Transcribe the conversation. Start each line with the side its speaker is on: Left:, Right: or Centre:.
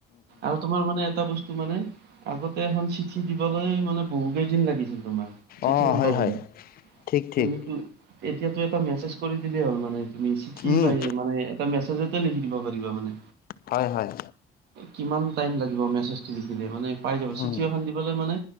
Right: আৰু তোমাৰ মানে এটা বস্তু মানে আগতে এখন চিঠি দিবলৈ মানে বহু কেইদিন লাগিছিল তোমাৰ চিঠিখন
Left: অঁ হয়
Right: পাবলৈ
Left: হয় ঠিক ঠিক
Right: তুমি এতিাতটো এটা মেছেজ কৰি দিলেই হ'ল মানে তুমি শিখি
Left: উম
Right: পাইে মানে এটা মেছেজতে লিখি দিব পাৰিবা মানে
Left: হয় হয়
Right: কিমান টাইম লাগিব মেছেজটো লিখিলে মানে পাই যাব চিঠিএখন
Left: উম
Right: দিবলৈ মানে